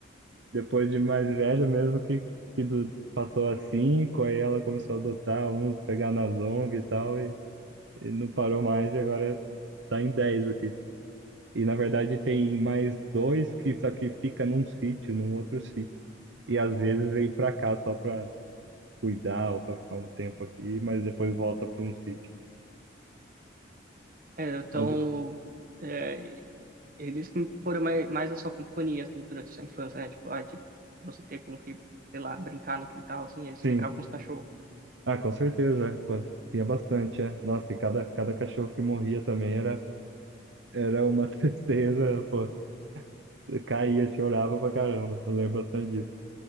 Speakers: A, on the right; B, on the right.
A: depois de mais velho mesmo, que, que do- passou a cinco, aí ela começou a adotar uns, pegar nas ONG e tal, e, e não parou mais, e agora tá em dez aqui. E na verdade tem mais dois que só que fica num sítio, num outro sítio. E às vezes vem pra cá só pra cuidar ou pra ficar um tempo aqui, mas depois volta pra um sítio.
B: É, então,
A: Mas
B: é, eles não foram mais, mais a sua companhia, assim, durante a sua infância, né? Tipo, ah, de você ter como que, sei lá, brincar no quintal, assim, eles
A: sim,
B: brincavam com os cachorros.
A: ah, com certeza, é. Pô, tinha bastante, é. Nossa, e cada, cada cachorro que morria também era, era uma <laughs> tristeza, pô. Eu Caía, chorava pra caramba. Eu lembro bastante disso.